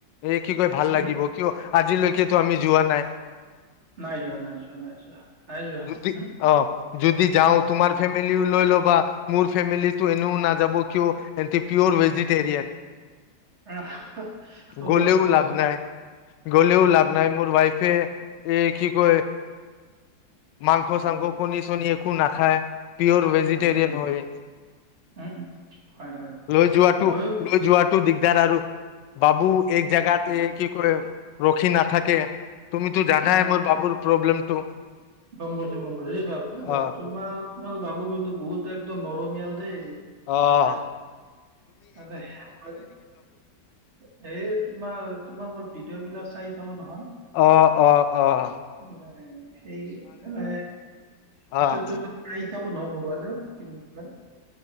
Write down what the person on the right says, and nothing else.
উম, উম।
নাই যোৱা, নাই যোৱা, নাই যোৱা, নাই যোৱা,
উহু,
উম,
আহ, অ',
হ,
উম,
উম,
নাখায়, নাখায়।
উম, হয়, হয়।
ময়ো
উম,
উম,
গম পাইছো গম পাইছো এই বাবু
তোমাৰ তোমাৰ বাবু কিন্তু বহুত একদম মৰমীয়াল। দেই।
বাচ্ছাটো এই তোমাৰ তোমাৰ মই ভিডিঅ। ভিডিওঅবিলাক চাই থাকো ন।
মানে সেই মানে বস্তুটো
অহ থাকো নহয় মোবাইলত কি বুলি কয়।